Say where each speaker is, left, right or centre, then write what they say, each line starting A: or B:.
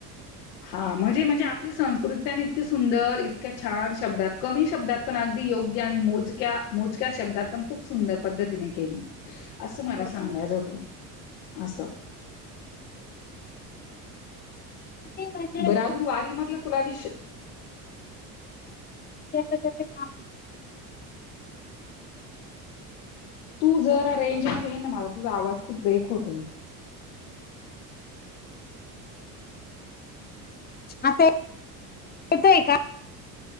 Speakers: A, on the left; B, on the left.
A: हा म्हणजे म्हणजे आपली संस्कृती त्यांनी आणि इतकी सुंदर इतक्या छान शब्दात, कमी शब्दात पण अगदी योग्य आणि मोजक्या -मोजक्या शब्दात पण खूप सुंदर पद्धतीने केली. असं मला
B: बरोबर
A: सांगायचं होतं असं -
B: ते म्हणजे
A: बरं अजून वारी मधलं तुला विष -
B: त्या
A: तू जर रेंज मध्ये ये ना मला तुझा आवाज खूप ब्रेक होतोय.
B: आताय ये येतोय का!